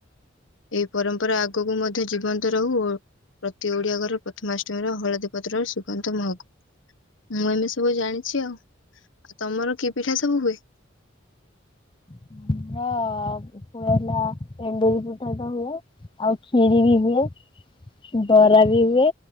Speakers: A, on the left; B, on the left.
A: ଏଇ ପରମ୍ପରା ଆଗକୁ ମଧ୍ୟ ଜୀବନ୍ତ ରହୁ। ଓ ପ୍ରତି ଓଡିଆ ଘର ପ୍ରଥମାଷ୍ଟମୀର ହଳଦୀ ପତ୍ରର ସୁଗନ୍ଧ ମହକୁ। ମୁଁ ଏମିତି ସବୁ ଜାଣିଚି ଆଉ। ଆଉ ତମର କି ପିଠା ସବୁ ହୁଏ।
B: <inaudible> ଅ ହୁଏ ହେଲା ଏଣ୍ଡୁରି ପିଠାଟା ହୁଏ। ଆଉ ଖିରି ବି ହୁଏ। ବରା ବି ହୁଏ